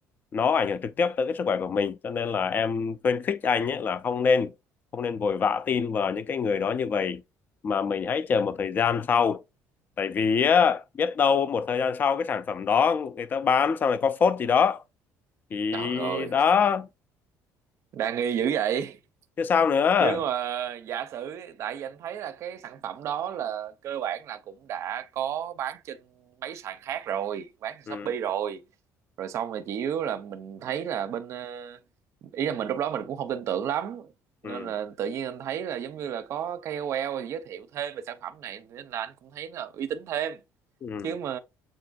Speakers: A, on the left (about 30°); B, on the right (about 50°).
A: nó ảnh hưởng trực tiếp tới cái sức khỏe của mình cho nên là em khuyến khích anh ấy là không nên không nên vội vã tin vào những cái người đó như vậy mà mình hãy chờ một thời gian sau tại vì á, biết đâu một thời gian sau cái sản phẩm đó người ta bán sau này có phốt gì đó thì
B: trời ơi
A: đó
B: đang nghi dữ vậy
A: chứ sao nữa
B: chứ mà giả sử tại vì anh thấy là cái sản phẩm đó là cơ bản là cũng đã có bán trên mấy sàn khác rồi bán trên
A: ừ
B: Shopee rồi rồi xong rồi chỉ yếu là mình thấy là bên ờ, ý là mình lúc đó mình cũng không tin tưởng lắm nên
A: ừ
B: là tự nhiên anh thấy là giống như là có KOL giới thiệu thêm về sản phẩm này nên là anh cũng thấy là uy tín thêm
A: ừ
B: chứ mà